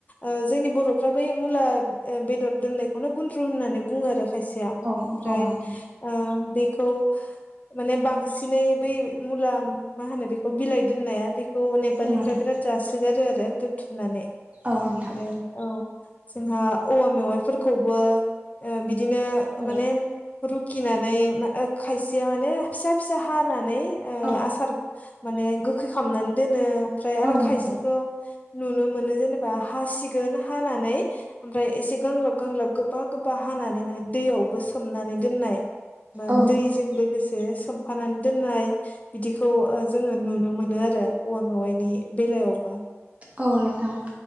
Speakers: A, on the left; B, on the right.
A: ओ जोंनि बर'फ्रा बै मुला बेदर दोननायखौनो गुन्द्रु होननानै बुङो आरो खायसेया ओमफ्राय
B: औ नोंथां
A: ओ बे खौ माने बांसिनै बै मुला मा होनो बेखौ बिलाइ दोननाया बे खौ नेपालिफ्रा
B: औ नोंथां
A: बिराद जासोगारो आरो दोनथुमनानै
B: औ नोंथां औ नोंथां
A: बे औ जोंहा औवा मेवाइफोरखौबो ओ बिदिनो
B: औ
A: माने रुखिनानै खायसेया माने फिसा फिसा हानानै ओ
B: औ
A: आसार माने गोखै खालामनानै दोनो ओमफ्राय आरो
B: औ नंगौ
A: खायसेखौ नुनो मो नो जेनेबा हासिगोन हानानै ओमफ्राय इसे गांलाब गांलाब गोबा गोबा हानानै माने दैयावबो सोमनानै दोननाय बा
B: औ नोंथां
A: दैजों लोगोसे सोमफानानै दोननाय बिदिखौ जोङो नुनो मोनो आरो औवा मेवाइनि बेलायावबो
B: औ नोंथां